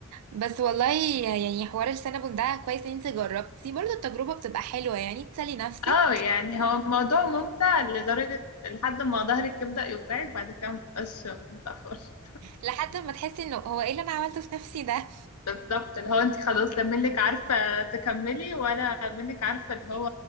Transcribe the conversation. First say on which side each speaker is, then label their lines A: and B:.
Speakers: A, on the right; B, on the left.
A: بس والله يعني حوار السينابون ده كويس ان انت جربتي برضو التجربه بتبقى حلوه يعني تسلي نفسك
B: اه يعني هو الموضوع ممتع لدرجة لحد ما ظهرك يبدأ يوجعك بعد كده مبقاش ممتع خالص
A: لحد ما تحسي انه هو ايه اللي انا عملته في نفسي ده
B: بالظبط اللي هو انت خلاص لا منك عارفة تكملي ولا منك عارفة اللي هو